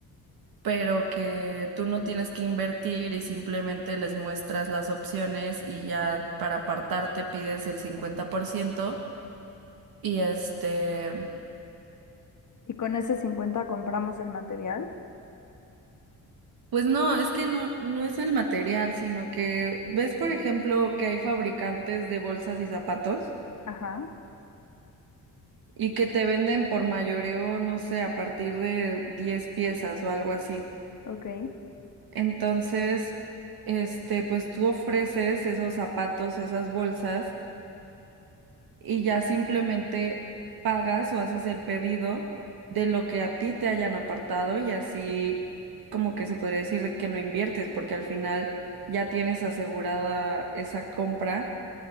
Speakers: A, on the right; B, on the left.
A: pero que tú no tienes que invertir y simplemente les muestras las opciones y ya para apartarte pides el 50% y este...
B: ¿Y con ese 50 compramos el material?
A: Pues no, es que no, no es el material, sino que ves, por ejemplo, que hay fabricantes de bolsas y zapatos
B: Ajá,
A: y que te venden por mayoreo, no sé, a partir de 10 piezas o algo así.
B: ok.
A: Entonces, este, pues tú ofreces esos zapatos, esas bolsas y ya simplemente pagas o haces el pedido de lo que a ti te hayan apartado y así como que se podría decir de que no inviertes porque al final ya tienes asegurada esa compra